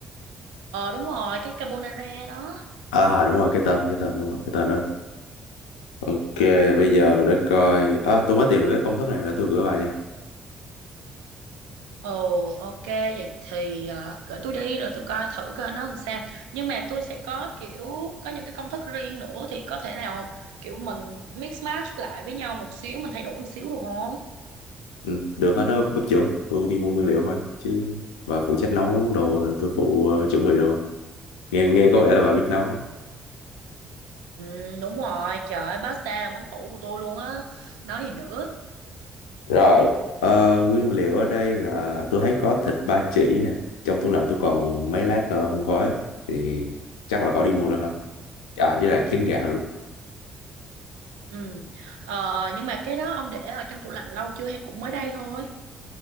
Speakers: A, on the right; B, on the left.
A: Ờ đúng rồi, cái carbonara đó.
B: à đúng rồi cái tên cái tên đúng rồi cái tên đó ok bây giờ để coi à, tôi mới tìm được cái công thức này để tôi gửi bài nha
A: Ồ ok vậy thì ờ, gửi tôi đi rồi tôi coi thử coi nó làm sao. Nhưng mà tôi sẽ có kiểu có những cái công thức riêng nữa thì có thể nào kiểu mình mix match lại với nhau một xíu, mình thay đổi một xíu được không?
B: ừ, được hết đó bếp trưởng tôi đi mua nguyên liệu thôi chứ và phụ trách nấu đồ tôi phụ ờ, chuẩn bị đồ nghe nghe có vẻ là bà biết nấu á.
A: Ừ đúng rồi, trời ơi, pasta là món tủ của tôi luôn á. Nói gì nữa.
B: rồi ờ, nguyên liệu ở đây là tôi thấy có thịt ba chỉ nè trong tủ lạnh tôi còn mấy lát ờ, hun khói á thì chắc là khỏi đi mua nữa ha à với lại trứng gà luôn
A: Ừ. Ờ, nhưng mà cái đó ông để ở trong tủ lạnh lâu chưa hay cũng mới đây thôi?